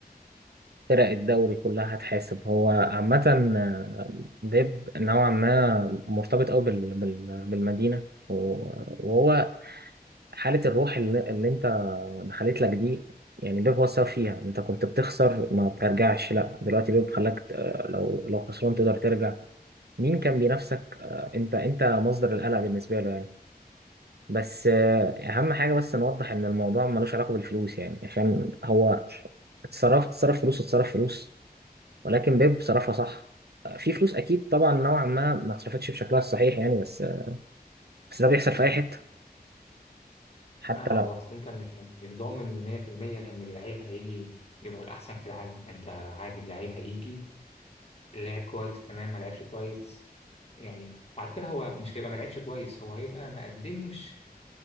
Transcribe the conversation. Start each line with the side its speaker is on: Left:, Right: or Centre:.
Right: فرق الدوري كلها هتحاسب هو عامة آه، بيب نوعا ما مرتبط أوي بال- بال- بالمدينة و- وهو حالة الروح اللي, اللي أنت دخلت لك دي يعني بيب هو السبب فيها أنت كنت بتخسر ما بترجعش لا دلوقتي بيب خلاك ت- آه، لو لو خسران تقدر ترجع مين كان بينافسك آه، أنت أنت مصدر القلق بالنسبة له يعني. بس آه، اهم حاجه بس نوضح ان الموضوع ملوش علاقه بالفلوس يعني عشان هو اتصرف اتصرف فلوس اتصرف فلوس ولكن بيب صرفها صح آه، في فلوس اكيد طبعا نوعا ما ما اتصرفتش بشكلها الصحيح يعني بس آه، بس ده بيحصل في اي حته حتى
Left: لا ما هو
Right: لو
Left: اصل انت مش مش ضامن 100% ان اللعيب هيجي يبقى الاحسن في العالم انت عادي اللعيب هيجي لعب كويس تمام ما لعبش كويس يعني وعلى فكره هو مش هيبقى ما لعبش كويس هو هيبقى ما قدمش